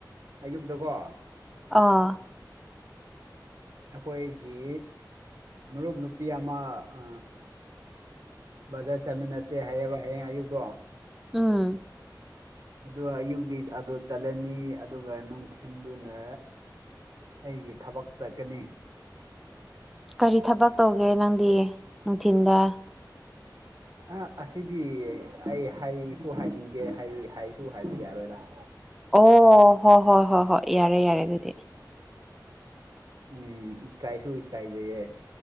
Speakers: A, on the right; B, in the centre.
A: ꯑꯌꯨꯛꯇꯀꯣ
B: ꯑꯥ
A: ꯑꯈꯣꯏꯒꯤ ꯃꯔꯨꯞ ꯅꯨꯄꯤ ꯑꯃ ꯑ ꯕꯖꯥꯔ ꯆꯠꯃꯤꯟꯅꯁꯦ ꯍꯥꯏꯌꯦꯕ ꯍꯌꯦꯡ ꯑꯌꯨꯛꯇꯣ
B: ꯎꯝ
A: ꯑꯗꯨ ꯑꯌꯨꯛꯇꯤ ꯑꯗꯨ ꯆꯠꯂꯅꯤ ꯑꯗꯨꯒ ꯅꯨꯡꯊꯤꯟꯗꯨꯅ ꯑꯩꯒꯤ ꯊꯕꯛ ꯆꯠꯀꯅꯤ
B: ꯀꯔꯤ ꯊꯕꯛ ꯇꯧꯒꯦ ꯅꯪꯗꯤ ꯅꯨꯡꯊꯤꯟꯗ
A: ꯑ ꯑꯁꯤꯗꯤ ꯑꯩ ꯍꯥꯏꯁꯨ ꯍꯥꯏꯅꯤꯡꯗꯦ ꯍꯥꯏꯁꯨ ꯍꯥꯏꯕ ꯌꯥꯔꯣꯏꯗ
B: ꯑꯣ ꯍꯣ ꯍꯣ ꯍꯣ ꯍꯣꯏ ꯌꯥꯔꯦ ꯌꯥꯔꯦ ꯑꯗꯨꯗꯤ
A: ꯎꯝ ꯏꯀꯥꯏꯁꯨ ꯏꯀꯥꯏꯖꯩꯌꯦ